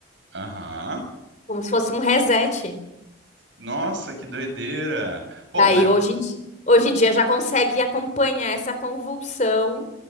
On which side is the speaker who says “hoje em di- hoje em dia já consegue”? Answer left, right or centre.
Left